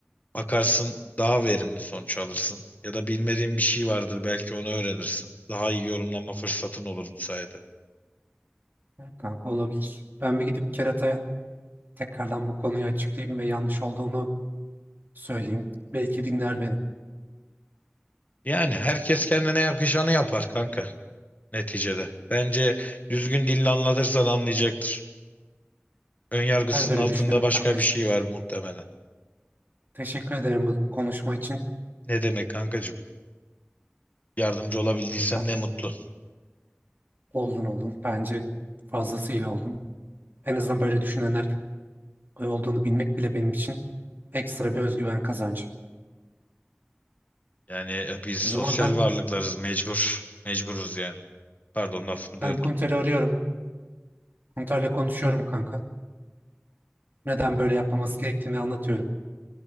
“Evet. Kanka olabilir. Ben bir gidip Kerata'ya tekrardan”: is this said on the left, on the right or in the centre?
Right